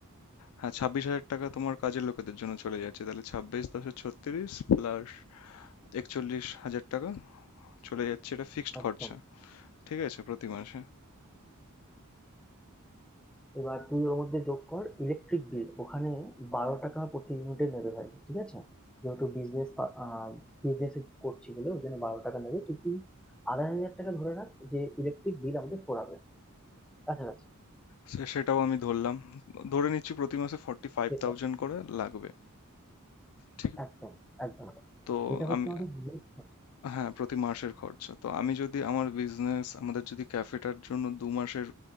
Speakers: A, on the left (about 80°); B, in the centre.
A: হ্যাঁ ছাব্বিশ হাজার টাকা তোমার কাজের লোকেদের জন্য চলে যাচ্ছে তাহলে ছাব্বিশ দশে ছত্রিশ প্লাস একচল্লিশ হাজার টাকা চলে যাচ্ছে এটা ফিক্সড
B: একদম
A: খরচা ঠিক আছে প্রতি মাসে
B: এবার তুই ওর মধ্যে যোগ কর ইলেকট্রিক বিল ওখানে বারো টাকা প্রতি ইউনিটে নেবে ভাই ঠিক আছে যেহেতু বিজনেস বিজনেস করছি বলে ওই জন্য বারো টাকা নেবে তো তুই আড়াই হাজার টাকা ধরে রাখ যে ইলেকট্রিক বিল আমাদের পড়াবে কাছাকাছি
A: সে- সেটাও আমি ধরলাম ধরে নিচ্ছি প্রতি মাসে ফর্টি ফাইভ
B: যেটা
A: থাউজেন্ড করে লাগবে ঠিক
B: একদম একদম
A: তো
B: এটা হচ্ছে
A: আমি
B: আমাদের নেট খরচা
A: হ্যাঁ প্রতি মাসের খরচা তো আমি যদি আমার বিজনেস আমাদের যদি ক্যাফেটার জন্য দু মাসের